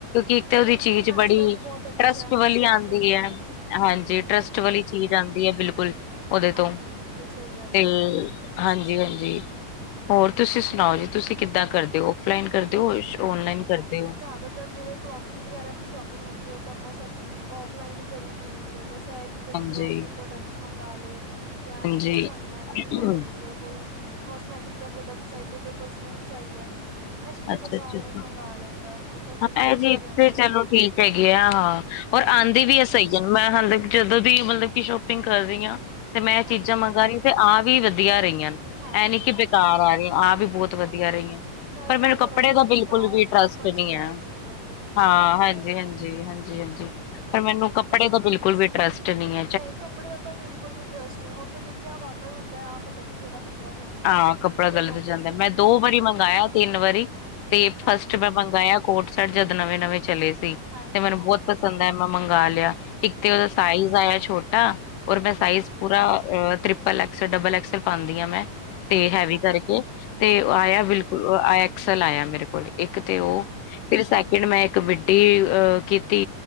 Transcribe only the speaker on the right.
ਹਾਂਜੀ
ਨਾਇਕਾ
ਵੀ ਬਹੁਤ ਅੱਛਾ
ਹੈ ਮਿੰਤਰਾ
ਵੀ ਅੱਛਾ
ਹਾਂਜੀ
ਬਿਲਕੁਲ ਸਹੀ ਗੱਲ
ਹੈ ਜੀ
ਉੱਧਰ ਜਿਹੜੇ ਕਲੋਥਿੰਗ ਵਗੈਰਾ ਦੀ ਸ਼ੋਪਿੰਗ ਹੁੰਦੀ ਹੈ ਉਹ ਤਾਂ ਆਪਾਂ ਸਭ ਔਫਲਾਈਨ ਹੀ ਕਰੀ ਦੀ ਹੁੰਦੀ ਹੈ। ਬਸ ਇਹ ਏ ਕਿ ਕਦੇ
ਗਰੋਸਰੀ ਪ੍ਰੋਡਕਟਸ ਮੰਗ ਲਏ ਜਾਂ
ਜਿਵੇਂ ਸਾਨੂੰ
ਇਹਨਾਂ ਦੀ ਲੋੜ ਹੁੰਦੀ ਹੈ ਕੋਈ ਕੋਸਮੈਟਿਕ ਦਾ ਪ੍ਰੋਡਕਟ ਚਾਹੀਦਾ ਕੋਈ ਪਰਫਿਊਮ ਚਾਹੀਦਾ ਇਹ ਜਾਂ
ਬੰਦਾ ਔਨਲਾਈਨ
ਮੰਗਵਾ ਲੈਂਦਾ ਹੈ। ਤਾਂ ਚਲੋ
ਵਧੀਆ
ਹੀ ਆਉਂਦੀਆਂ
ਨੇ
ਹਾਂਜੀ
ਹਾਂਜੀ
ਹਾਂਜੀ
ਹਾਂਜੀ
ਹਾਂਜੀ
ਨਾਲੇ
ਨਾਲ
ਥੋੜਾ
ਬਹੁਤਾ
ਡਿਸਕਾਊਂਟ
ਕੂਪਨਸ
ਵਗੈਰਾ
ਮਿਲ ਜਾਂਦੇ ਨੇ ਉਹਦਾ ਵੀ ਫਾਇਦਾ
ਹੈ
ਹਾਂਜੀ
ਨਹੀਂ ਕੱਪੜੇ ਦਾ ਤਾਂ ਬਿਲਕੁਲ ਵੀ ਡਰੇਸ ਨਹੀਂ ਉੱਥੇ ਲਿਖਿਆ ਵ ਅਟਰ ਹੁੰਦਾ ਆਪ ਪਤਾ ਨਹੀਂ ਕਿਹੜਾ ਕੱਪੜਾ ਜਾਂਦਾ।
ਉਹਦਾ
ਬਹੁਤ ਇਸ਼ੂ
ਰਹਿੰਦਾ
ਕੱਪੜਾ
ਹਾਂਜੀ
ਹਾਂਜੀ
ਹਾਂਜੀ
ਹਾਂਜੀ
ਹਾਂਜੀ
ਹਾਂਜੀ
ਹਾਂਜੀ
ਹਾਂਜੀ